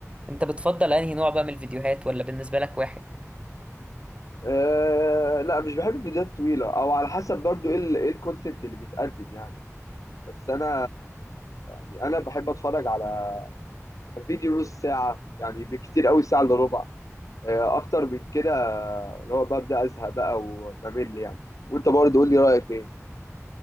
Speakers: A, on the right; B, on the left.
A: انت بتفضل انهي نوع بقى من الفيديوهات ولا بالنسبة لك واحد
B: أه لا مش بحب الفيديوهات الطويلة أو على حسب برضو إيه ال- إيه الكونتنت اللي بيتقدم يعني بس أنا يعني أنا بحب أتفرج على فيديو نص ساعة يعني بكتير قوي ساعة إلا ربع آه، اكتر من كده اللي هو ببدا ازهق بقى وبمل يعني وانت برضه قول لي رايك ايه